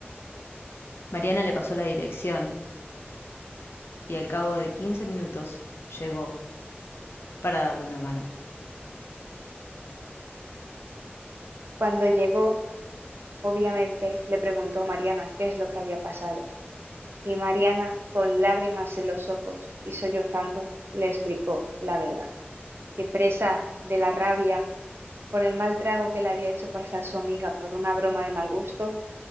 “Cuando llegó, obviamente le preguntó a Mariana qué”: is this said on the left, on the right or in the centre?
Right